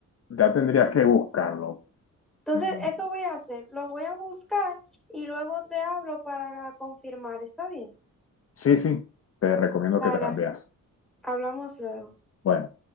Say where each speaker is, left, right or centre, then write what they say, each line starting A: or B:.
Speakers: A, on the left (about 45°); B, in the centre.
A: ya tendrías que buscarlo.
B: Entonces,
A: Mm,
B: eso voy a hacer, lo voy a buscar y luego te hablo para confirmar, ¿está bien?
A: Sí, sí, te recomiendo
B: Dale,
A: que te las veas.
B: Hablamos luego.
A: Bueno.